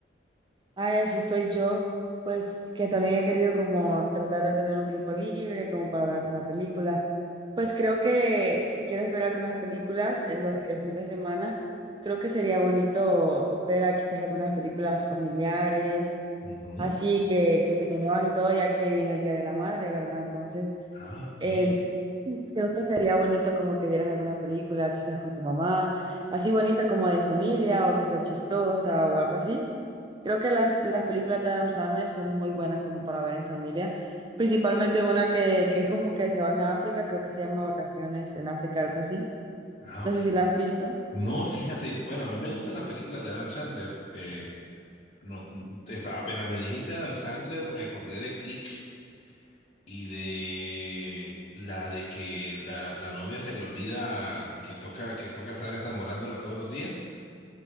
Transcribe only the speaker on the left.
Ujú.
Ah, ok.
Ah,
ok.
No, fíjate, bueno, a mí me gustan las películas de Adam Sandler. Eh, no, está, apenas me dijiste Adam Sandler, me acordé de Click y de la de que la, la novia se le olvida que toca, que toca estar enamorándola todos los días.